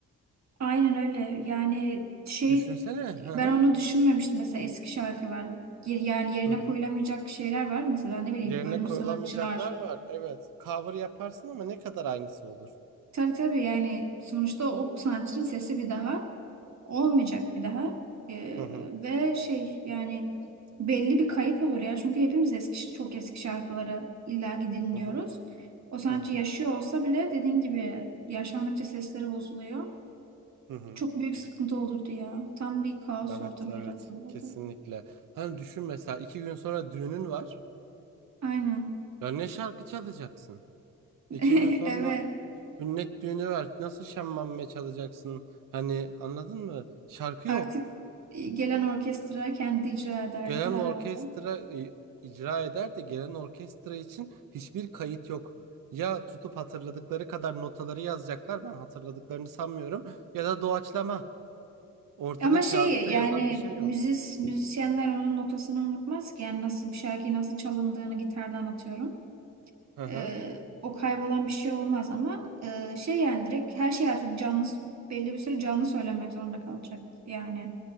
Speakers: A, on the right (about 55°); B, on the right (about 75°).
A: aynen öyle. Yani şey
B: Düşünsene. Hı hı.
A: ben onu düşünmemiştim mesela eski şarkılar. Yer- Yani yerine
B: Hı hı.
A: koyulamayacak şeyler var. Mesela ne bileyim
B: Yerine
A: ölmüş
B: koyulamayacaklar
A: sanatçılar.
B: var. Evet. Cover yaparsın ama ne kadar aynısı olur.
A: Tabii tabii yani sonuçta o sanatçının sesi bir daha olmayacak bir daha. Ee,
B: Hı hı.
A: ve şey yani belli bir kayıp olur ya. Çünkü hepimiz eski çok eski şarkıları illaki dinliyoruz.
B: Hı hı.
A: O sanatçı
B: Hı hı.
A: yaşıyor olsa bile dediğin gibi yaşlandıkça sesleri bozuluyor.
B: Hı hı.
A: Çok büyük sıkıntı olurdu ya. Tam bir kaos
B: Evet,
A: ortamı
B: evet.
A: yaratılırdı.
B: Kesinlikle. Hani düşün mesela iki gün sonra düğünün var.
A: Aynen.
B: Ya ne şarkı çalacaksın?
A: <laughs>
B: İki gün sonra
A: Evet.
B: sünnet düğünü var. Nasıl şemmame çalacaksın? Hani anladın mı? Şarkı
A: Artık
B: yok.
A: gelen orkestra kendi icra ederdi
B: Gelen
A: herhalde.
B: orkestra e, icra eder de gelen orkestra için hiçbir kayıt yok. Ya tutup hatırladıkları kadar notaları yazacaklar. Ben hatırladıklarını sanmıyorum. Ya da doğaçlama. Ortada
A: Ama şey
B: kağıtta
A: yani
B: yazan bir şey
A: müzis
B: yok.
A: müzisyenler onun notasını unutmaz ki. Yani nasıl bir şarkıyı nasıl çalındığını gitardan atıyorum.
B: Hı hı.
A: Ee, o kaybolan bir şey olmaz ama e, şey yani direkt her şey artık canlı belli bir süre canlı söylemek zorunda kalacak yani.